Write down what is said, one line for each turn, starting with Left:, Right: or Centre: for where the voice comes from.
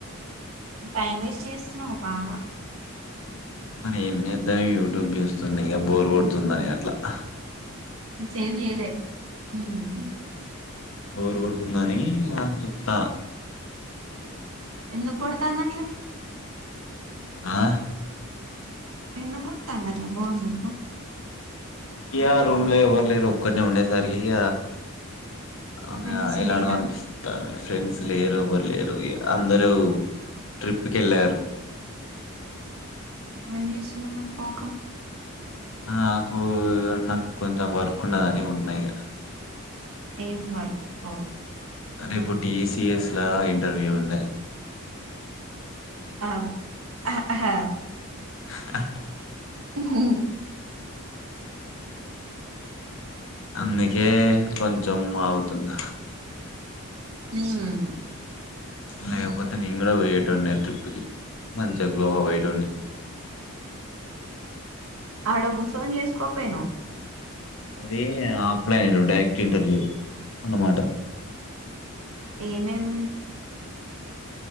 Right: టైం వేస్ట్ చేస్తున్నావ్ బాగా.
Left: మన ఏమ్ జేద్దాం యవ్టూబ్ జూస్ తుందిగ బోర్ గొడుతుందని అట్ల. అహ్.
Right: సేవ్ జెయ్లె ఉమ్.
Left: బోర్ గొడుతుందనీ ఇగ చుత్త.
Right: ఎందుక్ గొడతాందట్ల.
Left: ఆ
Right: ఎందుక్ గొడ్తాందట్ల బోర్ నీకు.
Left: ఇయా రూమ్లో ఎవర్ లేరు ఒక్కన్నే ఉండేసర్కి ఇగ. అ
Right: ఫ్రెండ్స్
Left: య ఎలానో
Right: లేరా
Left: అనిపిస్తాది. ఫ్రెండ్స్ లేరు ఎవర్ లేరు ఇగ అందరు ట్రిప్ కెళ్ళారు.
Right: నువ్వేం జేస్తున్నావ్ మరి పోక.
Left: నాకు నాకు కొంచెం వర్కున్నదని ఉన్నా ఇగ.
Right: ఏం వర్కు.
Left: అదేపు టీఈసిఎస్లా ఇంటర్వ్యూ ఉండె.
Right: అ హ హ.
Left: హా హా
Right: హ
Left: అందికే కొంచెం ఆగుతున్న.
Right: ఊమ్.
Left: లేకపోతే నేన్ గూడా పొయ్యేటోన్నే ట్రిప్ప్కి మంచిగ గోవా పోయేటోన్ని.
Right: ఆడ గుస్సోన్ జేస్కోపోయ్నవు.
Left: అదీ ఆఫ్లైను డైరెక్ట్ ఇంటర్వ్యూ అనమాట.
Right: ఏమేం